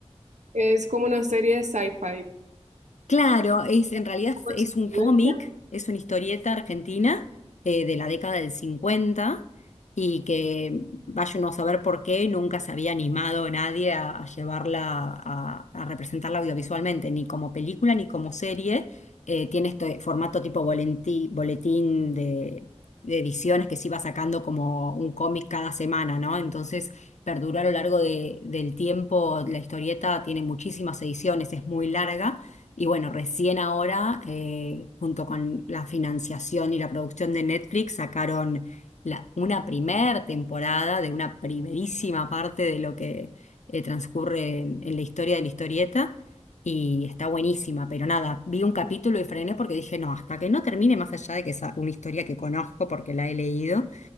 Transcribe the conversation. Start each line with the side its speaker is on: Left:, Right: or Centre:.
Right: Es como una serie de sci-fi.
Left: Claro, es, en realidad
Right: Pues,
Left: es un cómic,
Right: ¿supervivencia?
Left: es una historieta argentina eh, de la década del 50 y que vaya uno a saber por qué nunca se había animado nadie a, a llevarla, a, a representarla audiovisualmente, ni como película ni como serie. Eh, tiene este formato tipo bolentí- boletín de, de ediciones que se iba sacando como un cómic cada semana, ¿no? Entonces perduró a lo largo de- del tiempo, la historieta tiene muchísimas ediciones, es muy larga y bueno, recién ahora, eh, junto con la financiación y la producción de Netflix, sacaron la- una primer temporada de una primerísima parte de lo que eh, transcurre en, en la historia de la historieta. Y está buenísima, pero nada, vi un capítulo y frené porque dije, no, hasta que no termine, más allá de que es una historia que conozco porque la he leído,